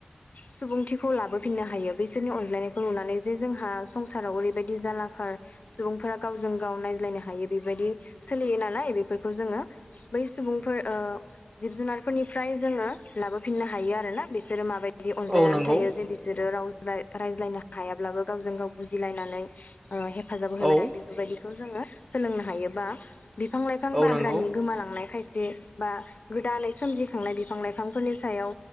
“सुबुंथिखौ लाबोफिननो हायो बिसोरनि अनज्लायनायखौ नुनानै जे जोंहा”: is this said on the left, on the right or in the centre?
Left